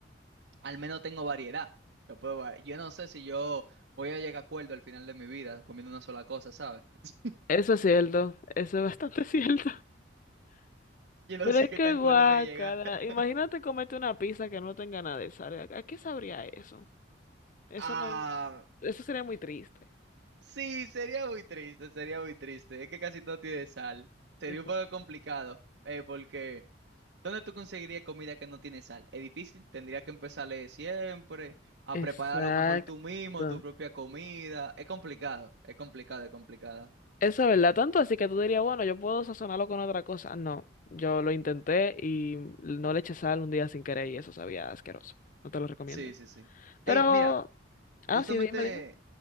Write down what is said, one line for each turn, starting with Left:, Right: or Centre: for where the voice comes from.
Right: al menos tengo variedad. Lo puedo, va- yo no sé si yo voy a llegar a acuerdo al final de mi vida comiendo una sola cosa, ¿sabes? <laughs>
Left: Eso es cierto, eso es bastante <laughs> cierto.
Right: Yo no
Left: Pero
Right: sé
Left: es
Right: qué
Left: que
Right: tan
Left: guácala.
Right: cuerdo voy a llegar. <laughs>
Left: Imagínate comerte una pizza que no tenga nada de sal. ¿A a qué sabría eso? Eso
Right: Ah,
Left: no, eso sería muy triste.
Right: Sí, sería muy triste, sería muy triste. Es que casi todo tiene sal. Sería
Left: Esa-
Right: un poco complicado, eh, porque ¿dónde tú conseguirías comida que no tiene sal? Es difícil, tendrías que empezar de siempre, a
Left: Exacto.
Right: preparar a lo mejor tú mismo tu propia comida. Es complicado, es complicado, es complicado.
Left: Eso es verdad, tanto así que tú dirías, bueno, yo puedo sazonarlo con otra cosa. No, yo lo intenté y no le eché sal un día sin querer y eso sabía asqueroso. No te lo recomiendo.
Right: Sí, sí, sí.
Left: Pero,
Right: Hey, mira,
Left: ah,
Right: justamente,
Left: sí, dime, dime.